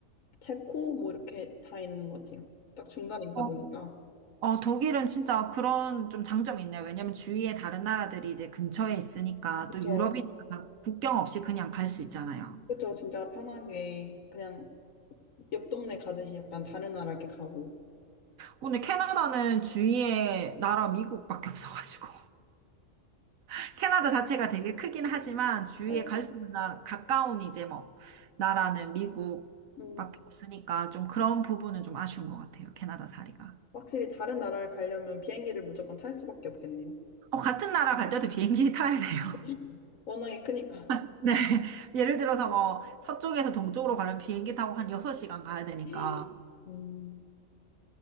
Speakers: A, on the left; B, on the right.
A: 체코 뭐 이렇게 다 있는 것 같아요. 딱 중간에 있다
B: 어,
A: 보니까
B: 어, 독일은 진짜 그런 좀 장점이 있네요. 왜냐면 주위에 다른 나라들이 이제 근처에 있으니까
A: 그렇죠,
B: 또 유럽이니까 국경 없이 그냥 갈 수 있잖아요.
A: 그렇죠. 진짜 편하게 그냥 옆 동네 가듯이 약간 다른 나라 이렇게 가고.
B: 근데 캐나다는 주위에 나라 미국밖에 없어가지고 <laughs> 캐나다 자체가 되게 크긴 하지만 주위에
A: 네,
B: 갈 수 있는 나라 가까운 이제 뭐 나라는 미국밖에
A: 음,
B: 없으니까 좀 그런 부분은 좀 아쉬운 것 같아요 캐나다 자리가
A: 확실히 다른 나라를 가려면 비행기를 무조건 탈 수밖에 없겠네요.
B: 어, 같은 나라 갈 때도 비행기 타야 돼요
A: <laughs> 워낙에 크니까.
B: <laughs> 네 예를 들어서 뭐 서쪽에서 동쪽으로 가려면 비행기 타고 한 6시간 가야 되니까
A: <gasps> 음,